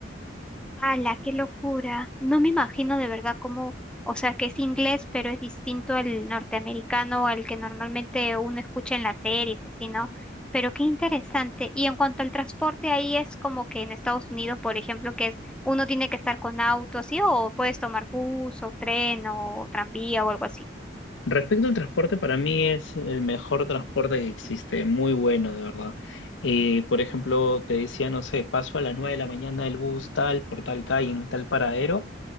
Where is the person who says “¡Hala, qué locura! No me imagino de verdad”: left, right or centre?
Centre